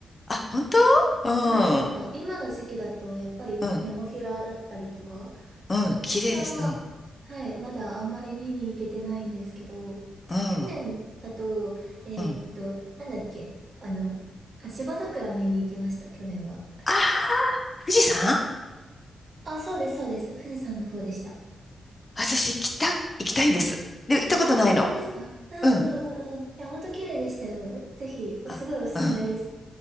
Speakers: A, on the left; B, on the right.
A: あ、本当うん、
B: はい、なんか今の時期だとやっぱりネモフィラだったりとか、
A: うん、うん、
B: まあネモフィラは、
A: 綺麗です。うん、
B: はい、まだあんまり見に行けてないんですけど、
A: うん。
B: 去年だと、えーっと、
A: うん。
B: なんだっけ、あの、あ芝桜見に行きました、去年は。
A: ああ、富士山
B: あ、そうです、そうです。富士山の方でした。
A: 私行きた、行きたいんです。でも行ったことないの。
B: あ、本当ですかうんうんうんうん。
A: うん。
B: いや、本当綺麗でしたよ。ぜひ、
A: あ、
B: すごいおすすめです。
A: うん。